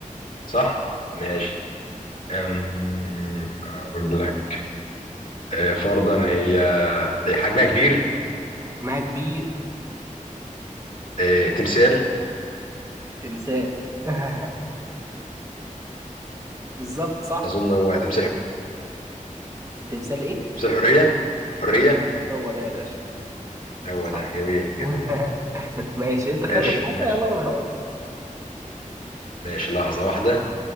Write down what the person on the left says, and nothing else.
صح؟ ماشي أم، أقول لك آه، فرضا هي آه، حجمها كبير
آه، تمثال
أظن هو تمثال
تمثال حرية حرية
هو
ده جميل جميل
ماشي
<laughs> ماشي
ماشي لحظة واحدة